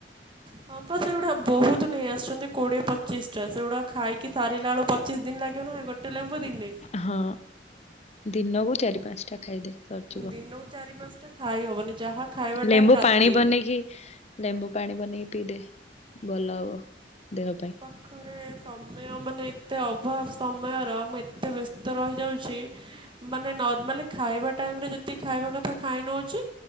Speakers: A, on the right (about 30°); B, on the left (about 40°).
A: ହଁ ପା ସେଗୁଡ଼ା ବହୁତୁ ନେଇ ଆସଚନ୍ତି। କୋଡ଼ିଏ ପଚିଶ ଟା ସେଗୁଡ଼ା ଖାଇକି ସାରିଲା ବଳୁ ପଚିଶ ଦିନ ଲାଗିବ ନା ନାଇଁ ଗୋଟେ ଲେମ୍ବୁ ଦିନେ
B: ହଁ ଦିନକୁ ଚାରି ପାଁଶଟା ଖାଇଦେ। ସରିଯିବ
A: ଦିନକୁ ଚାରି ପାଁଶଟା ଖାଇ ହବନି ଯାହା ଖାଇବା
B: ଲେମ୍ବୁ
A: ଟାଇମ୍ ରାତି
B: ପାଣି ବନେଇକି ଲେମ୍ବୁ ପାଣି ବନେଇକି ପିଇଦେ ଭଲ ହବ। ଦେହ ପାଇଁ
A: ଘରେ ସମୟ ମାନେ ଏତେ ଅଭାବ ସମୟର ମୁଁ ଏତେ ବ୍ୟସ୍ତ ରହିଯାଉଛି ମାନେ ନର୍ମାଲି ଖାଇବା ଟାଇମ୍ ରେ ଯେତିକି ଖାଇବା କଥା ଖାଇ ନଉଛି।